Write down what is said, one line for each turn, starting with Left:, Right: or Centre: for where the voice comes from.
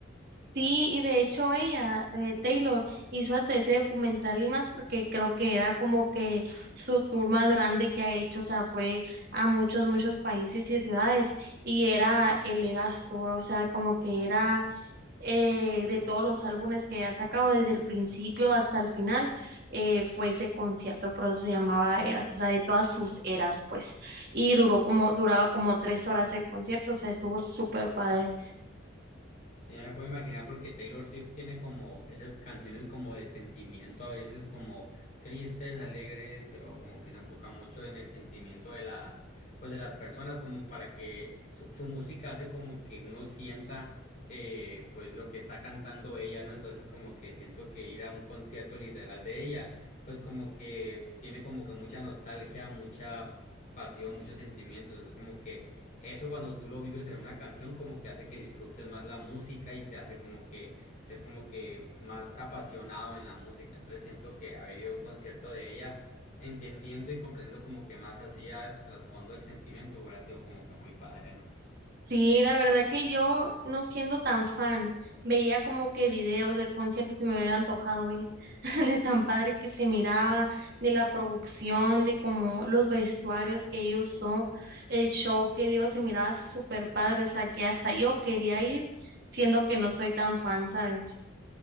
Right: Sí, y de hecho ella, eh, Taylor, hizo hasta ese documental y más porque creo que era como que su tour más grande que ha hecho, o sea, fue a muchos, muchos países y ciudades y era el Eras Tour, o sea, como que era eh, de todos los álbumes que ha sacado desde el principio hasta el final, eh, fue ese concierto, por eso se llamaba Eras, o sea, de todas sus eras, pues. Y duró como, duraba como tres horas el concierto, o sea, estuvo súper padre.
Left: Ya me puedo imaginar porque Taylor Swift tiene como esas canciones como de sentimiento, a veces como tristes, alegres, pero como que se enfoca mucho en el sentimiento de las, pues de las personas, como para que su, su música hace como que uno sienta eh, pues lo que está cantando ella, ¿no? Entonces como que siento que ir a un concierto literal de ella, pues como que tiene como que mucha nostalgia, mucha pasión, muchos sentimientos, es como que eso cuando tú lo vives en una canción como que hace que disfrutes más la música y te hace como que ser como que más apasionado en la música. Entonces siento que haber ido a un concierto de ella entendiendo y comprendiendo como que más hacía trasfondo el sentimiento hubiera sido como que muy padre, ¿no?
Right: Sí, la verdad que yo, no siendo tan fan, veía como que videos del concierto y se me hubiera antojado ir, <laughs> de tan padre que se miraba, de la producción, de como los vestuarios que ellos usó, el show que dio se miraba súper padre, o sea que hasta yo quería ir, siendo que no soy tan fan, ¿sabes?